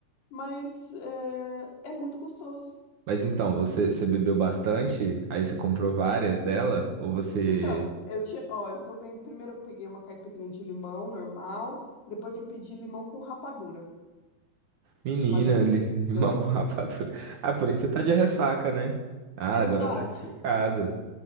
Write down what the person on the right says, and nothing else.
Mas então, você, você bebeu bastante? Aí você comprou várias dela? Ou você.
Menina,
li- <laughs> limão com rapadura. Ah, por isso você tá de ressaca, né? Ah,
agora tá explicado.